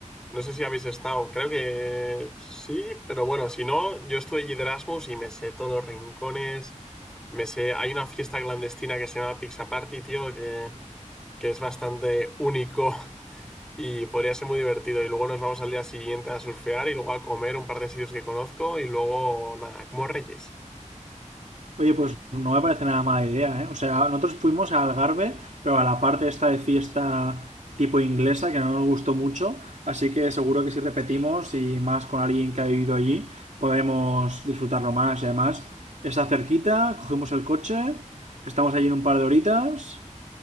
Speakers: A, in the centre; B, on the right (about 70°).
A: No sé si habéis estado, creo que sí, pero bueno, si no, yo estuve allí de Erasmus y me sé todos los rincones, me sé, hay una fiesta clandestina que se llama Pizza Party, tío, que, que es bastante único <laughs> Y podría ser muy divertido. Y luego nos vamos al día siguiente a surfear y luego a comer un par de sitios que conozco y luego nada, como reyes.
B: Oye, pues no me parece nada mala idea, ¿eh? O sea, nosotros fuimos a Algarve, pero a la parte esta de fiesta tipo inglesa, que no nos gustó mucho, así que seguro que si repetimos y más con alguien que ha vivido allí, podemos disfrutarlo más. Y además, está cerquita, cogimos el coche, estamos allí en un par de horitas